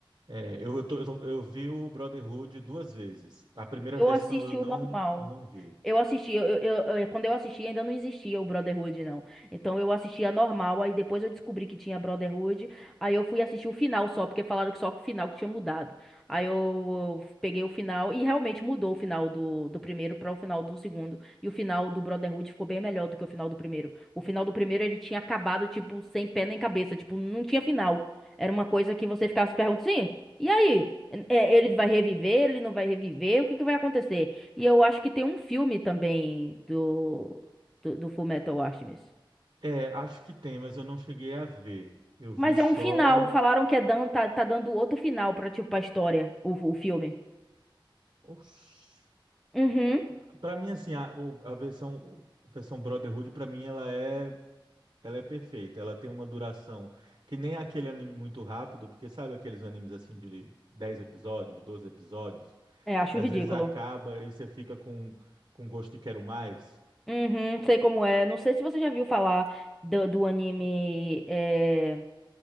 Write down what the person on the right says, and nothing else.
É, eu, eu, tô- eu, tô- eu vi o Brotherhood duas vezes. A primeira
versão
eu não,
eu não vi.
É, acho que tem, mas eu não cheguei a ver. Eu vi
só.
Oxi.
É, para mim, assim, a, o- a versão, a versão Brotherhood, para mim, ela é Ela é perfeita, ela tem uma duração que nem aquele anime muito rápido, porque sabe aqueles animes assim de 10 episódios, 12 episódios,
que às
vezes acaba e você fica com, com gosto de quero mais?